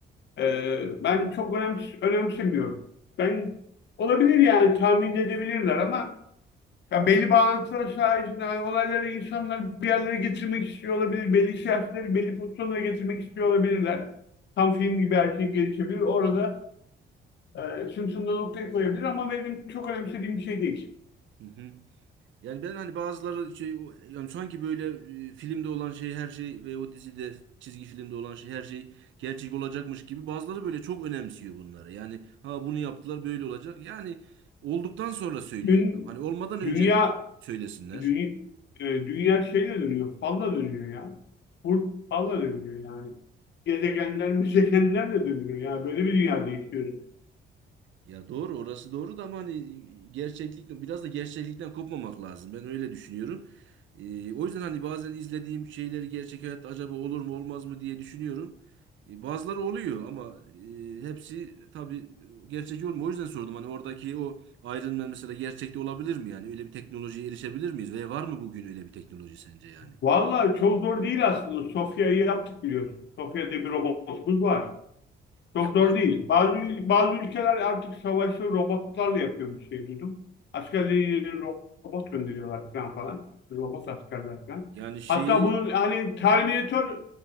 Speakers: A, on the left (about 60°); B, on the right (about 75°).
A: e, ben çok önems önemsemiyorum. Ben olabilir yani tahmin edebilirler ama Ya belli bağlantılar sayesinde olayları insanlar bir yerlere getirmek istiyor olabilir. Belli siyasetleri belli pozisyonlara getirmek istiyor olabilirler. Tam film gibi her şey gelişebilir. Orada e, Simpson'da noktayı koyabilir ama benim çok önemsediğim bir şey değil.
B: Hı hı. Yani ben hani bazıları şey yani sanki böyle e, filmde olan şey her şey ve o dizide çizgi filmde olan şey her şey gerçek olacakmış gibi bazıları böyle çok önemsiyor bunları. Yani ha bunu yaptılar böyle olacak. Yani olduktan sonra söylüyorlar.
A: Dün,
B: Hani olmadan önce
A: dünya
B: söylesinler.
A: dünya, dünya şeyle dönüyor. Falla dönüyor ya. Burt falla dönüyor yani. Gezegenler, <laughs> müzegenler de dönüyor. Yani böyle bir dünyada yaşıyoruz.
B: Ya doğru orası doğru da ama hani e, gerçeklik biraz da gerçeklikten kopmamak lazım. Ben öyle düşünüyorum. Ee, o yüzden hani bazen izlediğim şeyleri gerçek hayatta acaba olur mu olmaz mı diye düşünüyorum. Ee, bazıları oluyor ama e, hepsi tabii e, gerçek olmuyor. O yüzden sordum hani oradaki o Iron Man mesela gerçekte olabilir mi yani? Öyle bir teknolojiye erişebilir miyiz? Ve var mı bugün öyle bir teknoloji sence yani?
A: Vallahi çok zor değil aslında. Sofya'yı yaptık biliyorsun. Sofya diye bir robotumuz var. Çok
B: Ya
A: zor
B: var.
A: değil. Bazı bazı ülkeler artık savaşları robotlarla yapıyormuş şey duydum. Askerleri ro- robot gönderiyorlar falan falan. Robot askerler falan.
B: Yani şeyi
A: Hatta bunun hani Terminator